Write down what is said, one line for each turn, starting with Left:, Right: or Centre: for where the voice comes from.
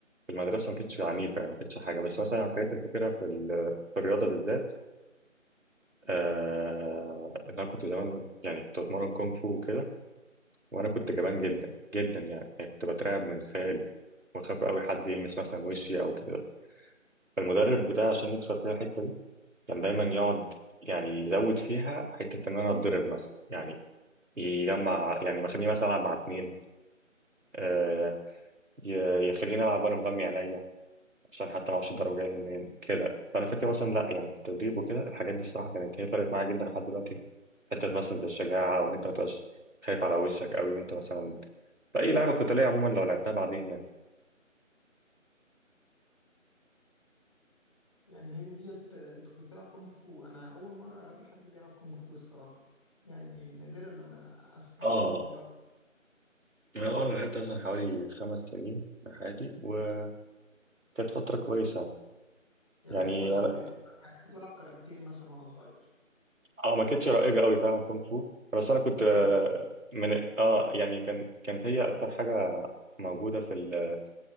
Right: المدرسه ما كنتش عنيفه يعني ما كنتش حاجه بس مثلا الحاجات اللي فاكرها في ال- في الرياضه بالذات آه إن أنا كنت زمان يعني كنت بتمرن كونغ فو وكده وأنا كنت جبان جدا جدا يعني, يعني كنت بترعب من خيالي وأخاف أوي حد يلمس مثلا وشي أو كده فالمدرب بتاعي عشان يكسر فيها الحتة دي كان دايما يقعد يعني يزود فيها حتة إن أنا أتضرب مثلا يعني يجمع يعني بخليني مثلا ألعب مع اتنين آه ي- يخليني ألعب وأنا مغمي عينيا عشان حتى ما اعرفش الدرجه يعني منين كده فانا فاكر مثلا لا يعني في التدريب وكده الحاجات دي الصراحه كانت هي فرقت معايا جدا لحد دلوقتي في حته مثلا زي الشجاعه او ان انت ما تبقاش خايف على وشك قوي وانت مثلا في اي لعبه قتاليه عموما لو لعبتها بعدين يعني
Left: يعني هي ديت آه، انت كنت بتلعب كونغ فو انا اول مره اقابل حد بيلعب كونغ فو الصراحه يعني نادرا لما اسمع
Right: اه
Left: ان حد بيلعب
Right: انا اول ما لعبت مثلا حوالي خمس سنين من حياتي وكانت فتره كويسه
Left: يعني
Right: يعني
Left: اسمع حد
Right: انا
Left: اللي... يعني كنت بلعب كاراتيه مثلا وانا صغير
Right: اه ما كانتش رائجه قوي فعلا كونغ فو بس انا كنت آه،
Left: اه
Right: من اه يعني كان كانت هي اكتر حاجه موجوده في ال-